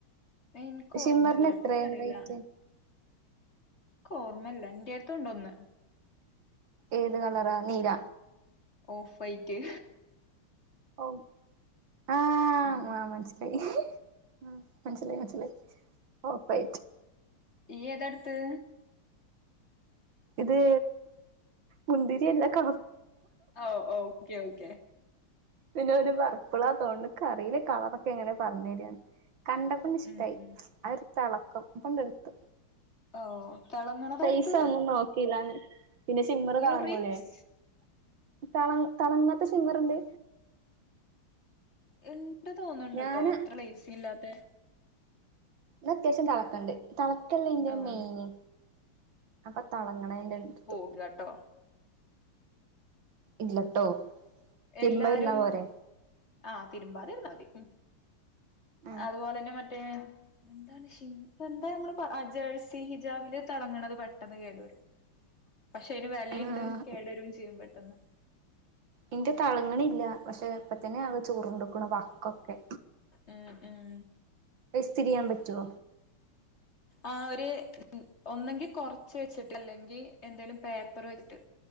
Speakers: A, on the left; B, on the right.
A: എനിക്ക്
B: ഷിമ്മറിന്
A: ഓർമ്മല്ല
B: എത്രേ
A: എനിക്കറിയില്ല
B: റൈറ്റ്?
A: ക്കോർമ്മല്ല ന്റെട്ത്തൂണ്ടൊന്ന്
B: ഏത് കളറാ നീല
A: ഓഫ് വൈറ്റ്
B: ഓ ആഹ്
A: ഉം
B: ആ മനസ്സിലായി ആ മനസിലായി മനസിലായി ഓഫ് വൈറ്റ്
A: ഇയ്യേതാട്ത്തെ??
B: ഇത് മുന്തിരിയല്ല ക
A: ഓ ഓക്കെ ഓക്കെ
B: പിന്നെ ഒരു പർപ്പിളാ തോണ്ണ് ക്കറീലേ കളറൊക്കെ എങ്ങനെ പറഞ്ഞു തരാന്ന് കണ്ടപ്പണ്ട്ഷ്ടായി
A: ഉം ഉം
B: ആ ഒരു തെളക്കം അപ്പണ്ട് എടുത്തു
A: ഓ തിളങ്ങണതാ
B: പൈസ
A: എടുത്തത്
B: ഒന്നും നോക്കീലാന്ന് പിന്നെ ഷിമ്മറ്
A: യു
B: താങ്ങൂലേ
A: റിച്ച്
B: തള തളങ്ങാത്തെ ഷിമ്മറ്ണ്ട്?
A: ഇ ണ്ട് തോന്ന്ണ്ട്ട്ടോ
B: ഞാന്
A: അത്ര ലേസില്ലാതെ
B: ഇത് അത്യാവശ്യം തിളക്കണ്ട് തിളക്കല്ലേ അയ്ന്റെ
A: ആഹ്
B: മെയിന് അപ്പൊ തളങ്ങണന്റ്ണ്ട്‌ടുത്തു
A: കേട്ടോ
B: ഇല്ലട്ടോ തിരുമ്പാ
A: എല്ലാരും
B: ഇരുന്നാ പോരെ
A: ആ തിരുമ്പാതിരുന്നാ മതി
B: ആ
A: അതുപോലെന്നെ മറ്റേ എന്താണ്ഷെയ് പ്പന്താഞമ്മള് പറ ആ ജേഴ്സി ഹിജാബില് തിളങ്ങണത് പെട്ടന്ന് കേടുവരും പക്ഷെ അയ്ന് വെലയ്ണ്ട്
B: ആ
A: കേടരും ചെയ്യും പെട്ടെന്ന്
B: ഇന്റെ തളങ്ങണില്ല പക്ഷെ ഇപ്പത്തന്നെ ആകെ ചുറുണ്ടുക്കുണു വക്കൊക്കെ
A: ഉം ഉം
B: ഇസ്തിരിയ്യാൻ പറ്റോ?
A: ആ ഒരു ഒന്നെങ്കി കൊറച്ച് വെച്ചിട്ട് അല്ലെങ്കി എന്തേലും പേപ്പറ് വെച്ചിട്ട്